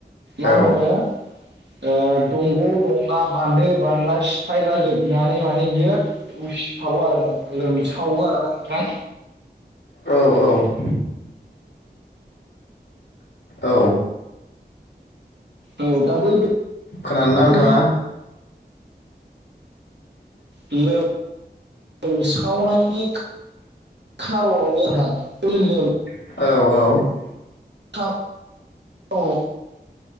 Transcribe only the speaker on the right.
मा
होनो ओ दंग' दंना बान्दो बानला सिफायला जोबनानै माने बियो उसिफावो आरो नोंथां लोमसावो आरोना नोंथां
औ दा बै
आरोना
नोंथां लोमसावनायनि खारनावनो आंहा <unintelligible>
थाब औ औ